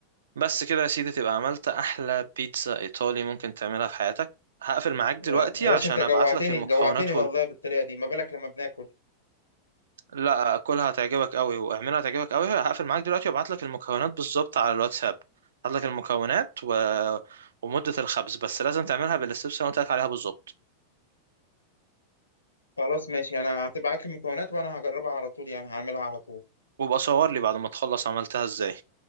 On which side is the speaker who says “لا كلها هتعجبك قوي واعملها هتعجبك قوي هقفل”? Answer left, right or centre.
Right